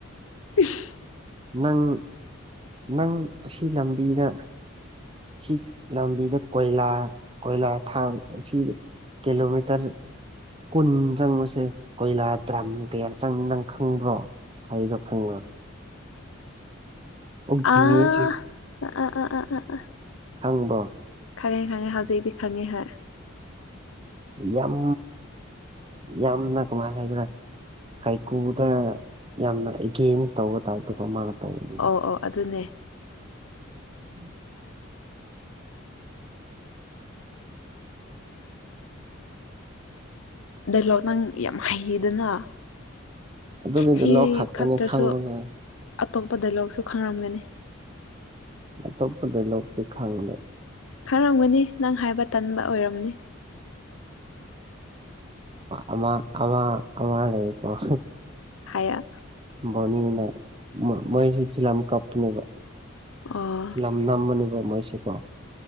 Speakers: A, on the left; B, on the right.
A: <unintelligible>
B: ꯅꯪ ꯅꯪ ꯑꯁꯤ ꯂꯝꯕꯤꯗ ꯁꯤ ꯂꯝꯕꯤꯗ ꯀꯣꯏꯂꯥ ꯀꯣꯏꯂꯥ ꯊꯥꯡ ꯑꯁꯤ ꯀꯤꯂꯣꯃꯤꯇꯔ ꯀꯨꯟ ꯆꯪꯕꯁꯦ ꯀꯣꯏꯂꯥ ꯗ꯭ꯔꯝ ꯀꯌꯥ ꯆꯪꯉꯤ ꯅꯪ ꯈꯪꯕ꯭ꯔꯣ? <unintelligible> ꯑꯣ ꯒꯤꯅꯦꯁ
A: ꯑꯥ ꯑꯥ ꯑꯥ ꯑ ꯑ
B: ꯍꯪꯕꯣ
A: ꯈꯪꯉꯦ ꯈꯪꯉꯦ ꯍꯧꯖꯤꯛꯇꯤ ꯈꯪꯉꯦ ꯍꯣꯏ
B: ꯌꯥꯝ ꯌꯥꯝꯅ ꯀꯃꯥꯏ ꯍꯥꯏꯒꯦꯔ ꯀꯥꯏꯀꯨꯗ ꯌꯥꯝꯅ ꯑꯦꯒꯦꯟꯁ ꯇꯧꯒ ꯇꯥꯏ ꯇꯨ ꯀ꯭ꯔꯃꯥꯟ ꯇꯧꯕꯗ
A: ꯑꯣ ꯑꯗꯨꯅꯦ꯫
B: <inaudible>
A: ꯗꯥꯏꯂꯣꯛ ꯅꯪ ꯌꯥꯝ ꯍꯩꯌꯦꯗꯅ
B: ꯑꯗꯨ
A: ꯁꯤ
B: ꯀ ꯂꯧ ꯍꯥꯛꯇꯅꯤ
A: ꯈꯛꯇꯁꯨ
B: ꯈꯥꯡꯕ
A: ꯑꯇꯣꯞꯄ ꯗꯥꯏꯂꯣꯛꯁꯨ ꯈꯪꯔꯝꯒꯅꯤ꯫
B: ꯑꯇꯣꯞꯄꯗ ꯂꯣꯛꯇꯤ ꯈꯥꯡꯗꯦ꯫
A: ꯈꯔꯝꯒꯅꯤ ꯅꯪ ꯍꯥꯏꯕ ꯇꯟꯕ ꯑꯣꯏꯔꯝꯅꯤ꯫
B: ꯑꯝ ꯑꯃ ꯂꯩ ꯄꯣꯁ
A: ꯍꯥꯏꯌꯥ
B: ꯕꯣꯅꯤꯅ ꯃꯩꯁꯂꯝ ꯀꯞꯅꯦꯕ
A: ꯑꯣ
B: ꯅꯝꯃꯅꯦꯕ ꯃꯣꯏꯁꯦꯀꯣ